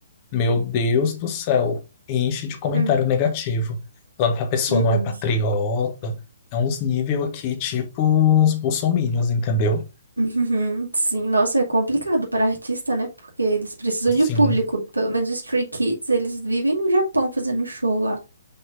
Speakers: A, on the left; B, on the right.
A: Meu Deus do céu, enche de comentário
B: uhum.
A: negativo, falando que a pessoa
B: Nossa.
A: não é patriota. É uns nível aqui, tipo os bolsominions, entendeu?
B: Uhum, Sim, nossa, é complicado para artista, né? Porque eles precisam
A: Sim,
B: de público. Pelo menos os Stray Kids, eles vivem no Japão fazendo show lá.